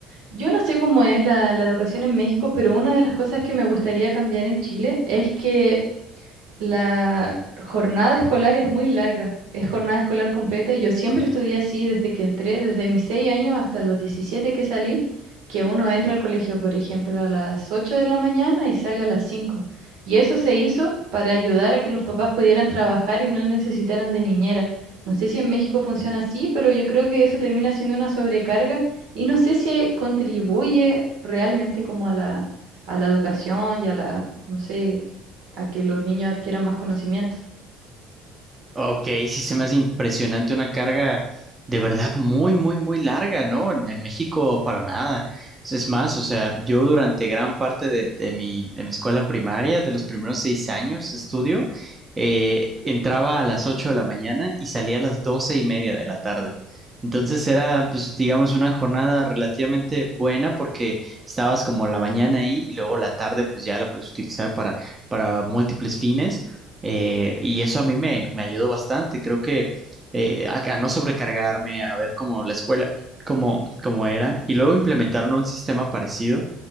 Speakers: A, on the right; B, on the right.
A: Yo no sé cómo es la, la educación en México, pero una de las cosas que me gustaría cambiar en Chile es que la jornada escolar es muy larga, es jornada escolar completa. Yo siempre estudié así desde que entré, desde mis seis años hasta los 17 que salí, que uno entra al colegio, por ejemplo, a las 8 de la mañana y sale a las cinco Y eso se hizo para ayudar a que los papás pudieran trabajar y no necesitaran de niñera. No sé si en México funciona así, pero yo creo que eso termina siendo una sobrecarga y no sé si contribuye realmente como a la, a la educación y a la, no sé a que los niños adquieran más conocimiento.
B: Ok, sí se me hace impresionante una carga de verdad muy, muy, muy larga, ¿no? En, en México para nada. Es más, o sea, yo durante gran parte de, de mi, de mi escuela primaria, de los primeros seis años de estudio, eh, entraba a las ocho de la mañana y salía a las doce y media de la tarde. Entonces era, pues, digamos, una jornada relativamente buena porque estabas como la mañana ahí y luego la tarde, pues ya la puedes utilizar para, para múltiples fines. Eh, y eso a mí me, me ayudó bastante. Creo que eh, acá no sobrecargarme, a ver cómo la escuela, cómo, cómo era. Y luego implementaron un sistema parecido